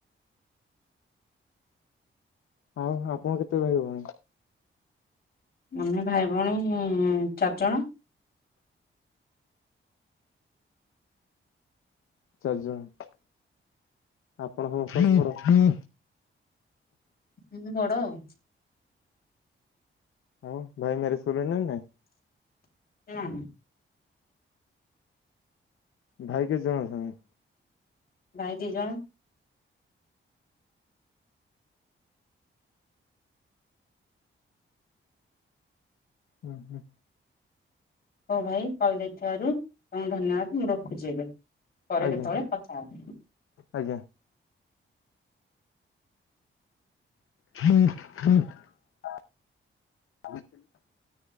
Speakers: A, on the left; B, on the left.
A: ହଁ ହଁ ଆପଣ କେତେ ଭାଇ ଭଉଣୀ।
B: ଆମେ ଭାଇ ଭଉଣୀ ଚାରିଜଣ।
A: ଚାରି ଜଣ ଆପଣ ସମସ୍ତର।
B: ହୁଁ ବଡ ଆଉ।
A: ହଉ ଭାଇ ମ୍ୟାରେଜ୍ କଲେଣି ନା ନାଇଁ।
B: ନା ନା।
A: ଭାଇ କେତେ ଜଣ ଅଛନ୍ତି।
B: ଭାଇ ଦିଜଣ।
A: ଉଁ ହୁଁ।
B: ହୋଉ ଭାଇ କଲ୍ ଯାଇଥିବାରୁ ତମକୁ ଧନ୍ୟବାଦ୍ ମୁଁ ରଖୁଛି ଏବେ। ପରେ
A: ଆଜ୍ଞା
B: କେତେବେଳେ କଥା ହେବ।
A: ଆଜ୍ଞା। <inaudible> <unintelligible>